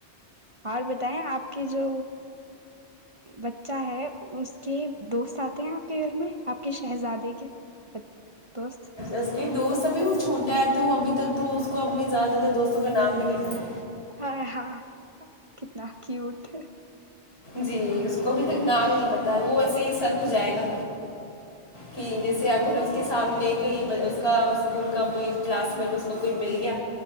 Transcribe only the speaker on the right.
اور بتائیں آپ کی جو بچہ ہے اس کے دوست آتے ہیں آپ کے گھر میں آپ کے شہزادے کے دوست
ہاں ہاں کتنا کیوٹ